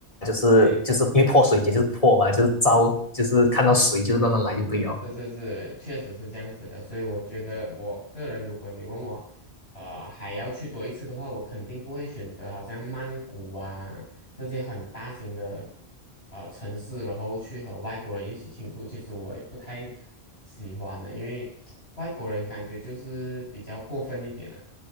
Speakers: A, on the left (about 30°); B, on the left (about 65°).
A: 就是就是因为泼水节就是泼嘛，
B: 对。
A: 就是招就是看到水就乱乱来就对哦。
B: 是是是，确实是这样子的，所以我觉得我个人，如果你问我，呃，还要去多一次的话，我肯定不会选择好像曼谷啊这些很大型的呃城市，然后去和外国人一起庆祝。其实我也不太喜欢的，因为外国人感觉就是比较过分一点了、